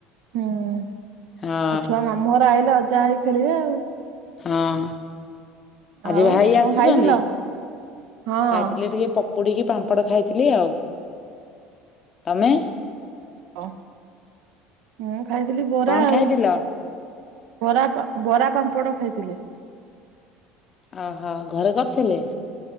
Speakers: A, on the right; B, on the left.
A: ହୁଁ।
B: ହଁ
A: ଆଉ ଛୁଆ ମାମୁଁ ଘର ଆଇଲେ ଅଜା ଆଇ ଖେଳିବେ ଆଉ।
B: ହଁ ଆଜି
A: ଆଉ
B: ଭାଇ
A: କଣ
B: ଆସୁଛନ୍ତି
A: ଖାଇଥିଲ ହଁ।
B: ଆସିଲେ ଟିକେ ପ ମୁଡିକି ପାମ୍ପଡ଼ ଖାଇଥିଲି ଆଉ ତମେ?
A: ଓ ମୁଁ ଖାଇଥିଲି ବରା
B: କଣ
A: ଆଉ।
B: ଖାଇଥିଲ?
A: ବରା ବରା ପାମ୍ପଡ଼ ଖାଇଥିଲି।
B: ଅହୋ ଘରେ କରିଥିଲେ।